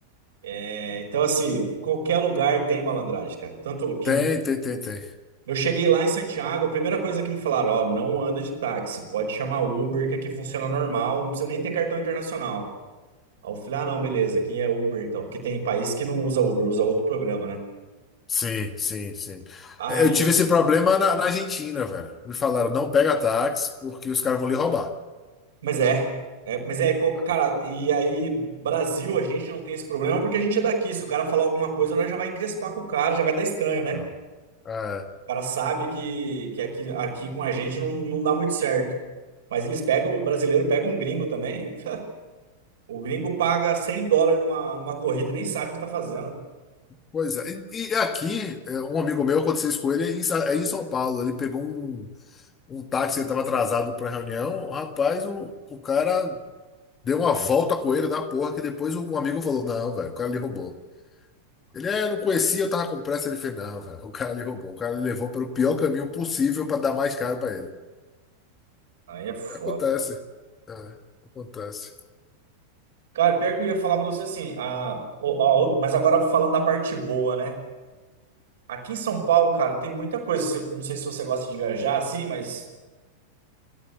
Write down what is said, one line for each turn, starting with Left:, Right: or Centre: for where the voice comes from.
Right: É, então, assim, qualquer lugar tem malandragem, cara. Tanto que
Left: Tem, tem, tem, tem.
Right: Eu cheguei lá em Santiago, a primeira coisa que me falaram, ó, não anda de táxi, pode chamar Uber, que aqui funciona normal, não precisa nem ter cartão internacional. Aí eu falei, ah, não, beleza, aqui é Uber então, porque tem país que não usa Uber, usa outro programa, né?
Left: Sim, sim, sim.
Right: Aí,
Left: É, Eu tive esse problema na, na Argentina, velho. Me falaram, não pega táxi porque os caras vão lhe roubar.
Right: mas é, é, mas é, co-
Left: Ah,
Right: cara, e aí, Brasil, a gente não tem esse problema porque a gente é daqui, se o cara falar alguma coisa, nós já vai encrespar com o cara, já vai dar estranho, né?
Left: ah, ah,
Right: O cara sabe que, que aqui, aqui com a gente não, não dá muito certo. Mas eles pegam, o brasileiro pega um gringo também. <laughs> O gringo paga 100 dólares numa, numa corrida e nem sabe o que tá fazendo.
Left: pois é. E, e aqui, é, um amigo meu, aconteceu isso com ele, é em Sa- aí em São Paulo, ele pegou um um táxi, ele estava atrasado para a reunião. O rapaz, o, o cara deu uma volta com ele da porra, que depois um amigo falou: Não, velho, o cara lhe roubou. Ele é, eu não conhecia, eu tava com pressa. Ele fez: Não, velho, o cara lhe roubou. O cara lhe levou pelo pior caminho possível para dar mais caro para ele.
Right: Aí é foda.
Left: Acontece. É, acontece.
Right: Cara, pior que eu ia falar pra você assim, a, o- a o- mas agora falando da parte boa, né? Aqui em São Paulo, cara, tem muita coisa. Você- Não sei se você gosta de viajar assim, mas